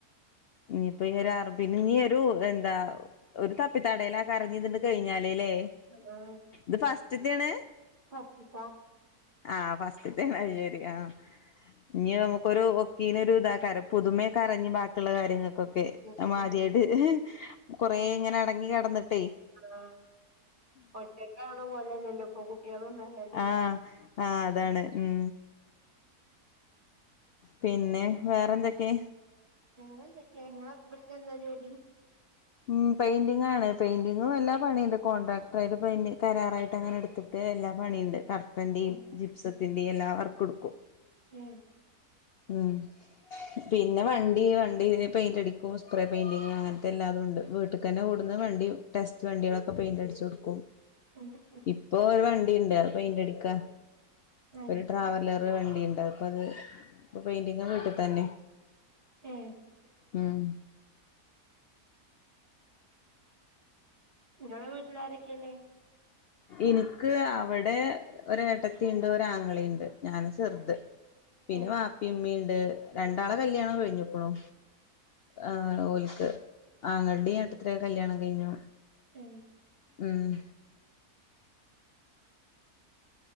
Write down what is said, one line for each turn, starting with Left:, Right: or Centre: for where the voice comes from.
Left: ഇനിയിപ്പം ഈ <unintelligible> നീ ഒരു എന്താ ഒരു തപ്പിത്തടയലേക്കാരം ഞ്ഞി ഇതിണ്ട് കഴിഞ്ഞാലേല്ലേ
Right: ഹലോ
Left: ത് ഫസ്റ്റ് തേണ്
Right: ഫസ്റ്റ്ത്താ
Left: ആഹ് ഫസ്റ്റ്തന്നെ അത് ശെരി ആ ഇഞ് നമുക്കൊരു ഒക്കീന ഒരുത ക്കാരം പുതുമേക്കാരം ഇനി ബാക്കിള്ള കാര്യങ്ങൾക്കൊക്കെ
Right: ഉം
Left: മാര്യാട്
Right: ഉം
Left: കൊറെ ഇങ്ങനെ അടങ്ങി കെടന്നിട്ട്
Right: ആ ഒറ്റക്കാണൊ പോലല്ലപ്പൊ കുട്ടിയളുംണ്ടായാ
Left: ആഹ് ആഹ് അതാണ് ഉം പിന്നെ വേറെന്തൊക്കെ
Right: വേറെന്തൊക്കെ ങ്ങളെ ഹസ് ബന്റിനെന്താ ജോലി?
Left: ഉം പെയിന്റിങ്ങാണ് പെയിന്റിംഗും എല്ലാ പണിയുണ്ട് കോൺട്രാക്ടറായിട്ട് പെയ്ന്റി കരാറായിട്ട് അങ്ങനെ എടുക്ക്‌ പിന്നെ എല്ലാ പണിണ്ട് കർട്ടന്റി
Right: ഏഹ്
Left: ജിപ്സത്തിന്റി എല്ലാ വർക്കും എട്ക്കും
Right: ഏഹ്
Left: മ് പിന്നെ വണ്ടി വണ്ടി പെയിന്റ് അടിക്കും സ്പ്രേ പെയിന്റിങ് അങ്ങത്തെ എല്ലാതുണ്ട് വീട്ടിൽക്കെന്നെ കൊടുന്ന വണ്ടി ടെസ്റ്റ് വണ്ടിയളൊക്കെ പെയിന്റ് അടിച്ചോടുക്കും
Right: ഉം ഉം
Left: ഇപ്പൊ ഒരു വണ്ടിണ്ട് അത് പെയിന്റടിക്കാ
Right: ഏഹ്
Left: ഒരു ട്രാവലർ ഒരു വണ്ടിയുണ്ടാ അപ്പ അത് ഇപ്പോൾ പെയിന്റിങ് വീട്ടി തന്നെ
Right: ഏഹ്
Left: ഉം
Right: ഇങ്ങളെ വീട്ടിലാരൊക്കെല്ലേ
Left: ഇൻക്ക് അവിടെ ഒരേട്ടത്തിണ്ട് ഒരാങ്ങളിണ്ട് ഞാനാ ചെർത് പിന്നെ
Right: ഏഹ്
Left: വാപ്പിമ്മീണ്ട് രണ്ടാളെ കല്യാണം കഴിഞ്ഞുക്ക്ണു ആ ഓൽക്ക് ആങ്ങൾടേം ഏട്ടത്തിന്റേം കല്ല്യാണം കഴിഞ്ഞു
Right: ഉം
Left: മം